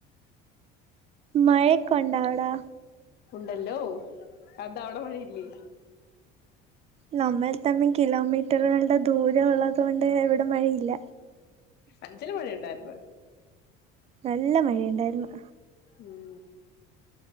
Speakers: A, on the right; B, on the left.
A: മഴെക്കെ ഉണ്ടവ്ടാ
B: ഉണ്ടല്ലോ എന്താ അവിടെ മഴയില്ലേ
A: നമ്മൾ തമ്മിൽ കിലോമീറ്ററുകളുടെ ദൂരം ഉള്ളത്കൊണ്ട് ഇവിടെ മഴയില്ല
B: അഞ്ചല് മഴ ഉണ്ടായിരുന്നു
A: നല്ല മഴെണ്ടായിരുന്നു
B: ഉം